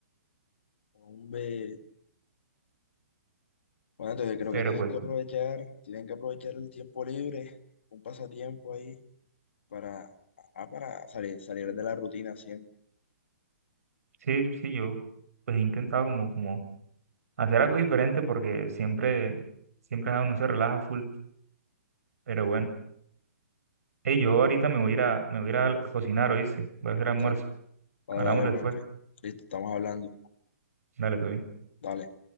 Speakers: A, on the left; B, on the right.
A: Hombre. Bueno, entonces creo
B: pero
A: que tienen
B: pues
A: que aprovechar, tienen que aprovechar el tiempo libre, un pasatiempo ahí para, ah, para salir, salir de la rutina siempre.
B: sí, sí, yo pues he intentado como, como hacer algo diferente porque siempre, siempre uno se relaja full, pero bueno. Hey, yo ahorita me voy a ir a, me voy a ir a, a cocinar, ¿oíste? Voy a hacer almuerzo.
A: Dale, dale,
B: Hablamos
A: dale,
B: después.
A: Juanfe. Listo, estamos hablando.
B: Dale, todo bien.
A: Dale.